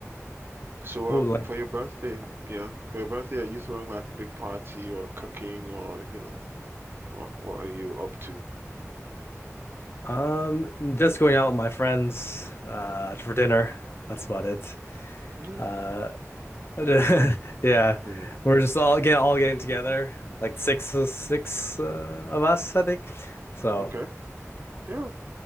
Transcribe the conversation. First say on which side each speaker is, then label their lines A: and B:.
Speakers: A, on the right; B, on the left.
A: So
B: Oh,
A: um
B: like
A: for your birthday, yeah, for your birthday, are you throwing like a big party or cooking or, you know, what what are you up to?
B: um, just going out with my friends uh,
A: Hmm.
B: for dinner. That's about it.
A: Yeah.
B: Uh, <laughs> yeah,
A: Yeah.
B: we're just all get all getting together, like six six uh, of us, I think. So.
A: Okay. Yeah.